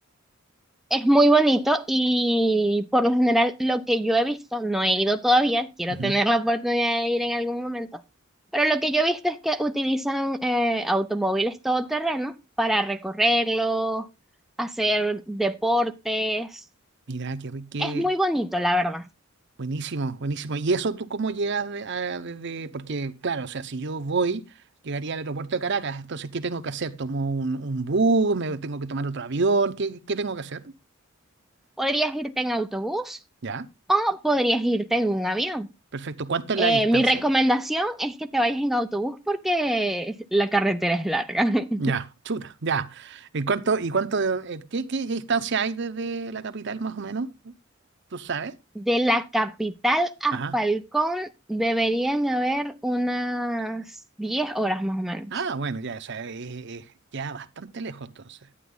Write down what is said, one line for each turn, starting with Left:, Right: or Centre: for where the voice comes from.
Centre: Es muy bonito y por lo general lo que yo he visto, no he ido todavía, quiero
Right: Ujú.
Centre: tener la oportunidad de ir en algún momento, pero lo que yo he visto es que utilizan eh, automóviles todoterreno para recorrerlo, hacer deportes.
Right: Mira, qué rico, qué
Centre: Es muy bonito, la verdad.
Right: buenísimo, buenísimo. ¿Y eso tú cómo llegas de- a- desde? Porque, claro, o sea, si yo voy, llegaría al aeropuerto de Caracas. Entonces, ¿qué tengo que hacer? ¿Tomo un, un bus? ¿Me tengo que tomar otro avión? ¿Qué, qué tengo que hacer?
Centre: Podrías irte en autobús
Right: Ya,
Centre: o podrías irte en un avión.
Right: perfecto. ¿Cuánto es
Centre: Eh,
Right: la distancia?
Centre: mi recomendación es que te vayas en autobús porque la carretera es larga.
Right: Ya,
Centre: <laughs>
Right: chuta, ya. ¿Y cuánto, y cuánto, eh, qué, qué, qué distancia hay desde la capital más o menos? ¿Tú sabes?
Centre: De la capital a
Right: Ajá.
Centre: Falcón deberían haber unas 10 horas más o menos.
Right: Ah, bueno, ya, o sea, es, es ya bastante lejos entonces.